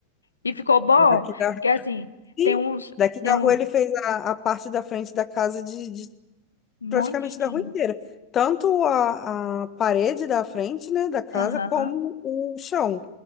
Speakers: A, on the left (about 75°); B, on the left (about 25°).
A: E ficou bom,
B: daqui da,
A: porque assim,
B: sim,
A: tem uns.
B: daqui da
A: Tem um,
B: rua ele fez a, a parte da frente da casa de, de
A: Um
B: praticamente
A: monte
B: da
A: de
B: rua
A: gente.
B: inteira. Tanto a, a parede da frente, né, da casa,
A: Aham,
B: como o chão